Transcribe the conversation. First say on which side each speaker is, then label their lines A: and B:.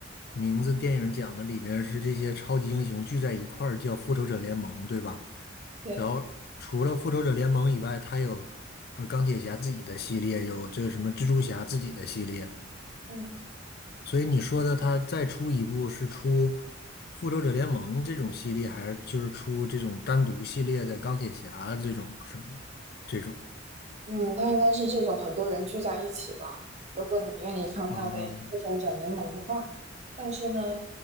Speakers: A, on the left; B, on the right.
A: 名字电影讲的里边是这些超级英雄聚在一块儿叫复仇者联盟，对吧？
B: 对，
A: 然后除了复仇者联盟以外，它有呃钢铁侠自己的系列，有这个什么蜘蛛侠自己的系列。
B: 嗯
A: 所以你说的它再出一部是出复仇者联盟这种系列，还是就是出这种单独系列的钢铁侠这种什么这种？
B: 嗯，他应该是这种很多人聚在一起的。如果你愿意称他为复仇者联盟的话，
A: 啊，
B: 但是呢，